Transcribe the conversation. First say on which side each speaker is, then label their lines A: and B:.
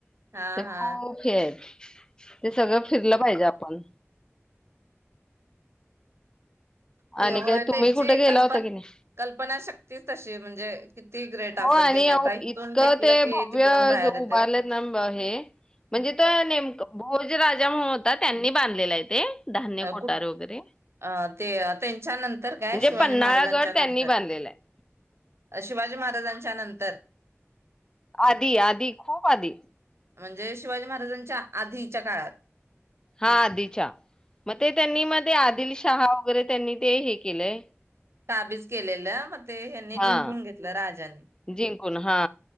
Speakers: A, on the right; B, on the left.
A: हा
B: ते
A: हा
B: खूप हे आहेत. ते सगळं फिरलं पाहिजे आपण.
A: त्यांची
B: आणि काय तुम्ही कुठे गेला
A: कल्पना
B: होता की नाही
A: कल्पना तीच तशी म्हणजे किती? ग्रेट असेल
B: हो आणि
A: त्याने आता इथून
B: इतकं
A: फेकलं
B: ते
A: की
B: भव्य
A: तिकडून बाहेर येते
B: उभारलंत ना हे म्हणजे तर नेमक. हो जे राजा म्हणून होता त्यांनी बांधलेला आहे ते धान्य
A: अ
B: कोठार
A: कुठ
B: वगैरे
A: अ ते त्यांच्या नंतर
B: म्हणजे
A: काय शिवाजी
B: पन्हाळा
A: महाराजांच्या
B: गड
A: नंतर
B: त्यांनी बांधलेला आहे
A: शिवाजी महाराजां च्या नंतर
B: आधी आधी खूप आधी
A: जय शिवाजी महाराजांच्या आधीच्या काळात
B: हा आधीच्या मग ते त्यांनी मग ते आदिल शहा वगैरे त्यांनी ते हे केलंय
A: ताबीज केलेलं मग ते यांनी
B: हा
A: जिंकून घेतलं राजांनी
B: जिंकून हा